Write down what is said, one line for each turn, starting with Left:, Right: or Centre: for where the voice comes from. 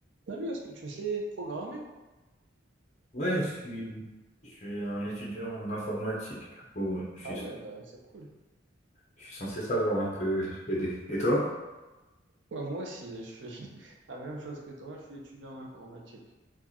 Right: Salut, est-ce que tu sais programmer?
Left: Ouais, je suis, je suis un étudiant en informatique, du coup, je
Right: Ah
Left: suis,
Right: ouais, bah c'est cool.
Left: je suis censé savoir un peu <laughs> aider. Et toi?
Right: Ouais, moi aussi, je suis <laughs> la même chose que toi, je suis étudiant en informatique.